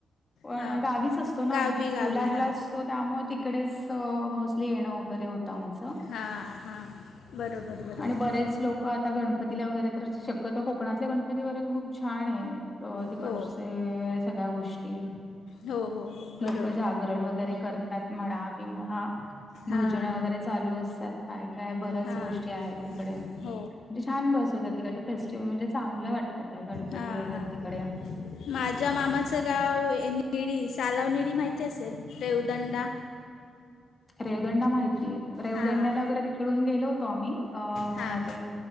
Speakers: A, on the left; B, on the left.
A: पण
B: हां
A: गावीच असतो ना,
B: गावी गावी
A: कोलाडला
B: हां
A: अस सो त्यामुळे तिकडेच मोस्टली येणं वगैरे होतं आमचं.
B: हां हां बरोबर बरोबर
A: आणि बरेच लोक आता गणप गणपतीला वगैरे तर शक्यतो कोकणातले गणपती वगैरे खूप छान आहे तिकडचे,
B: हो
A: सगळ्या गोष्टी
B: हो हो हो बरोबर
A: लोकं जागरण वगैरे कर म्हणा किंवा
B: हां
A: भजन वगैरे चालू असतात काय काय ब गोष्टी
B: हां
A: आहेत तिकडेे
B: हो
A: छान बसवतात. तिकडच्या फेस्टिवल म्हणजे चांगलं वाट त्या काय गणपती
B: हां
A: वगैरे
B: हां
A: तिकडे.
B: माझ्या मामाचं गाव निळी सालाव निळी माहिती असेल देवदंडा
A: रेवदंडा माहितीये रेवदंड्याला
B: हां
A: वगैरे तिकडून गेलो होतो आम्ही. अ
B: हां
A: मला वाटतंय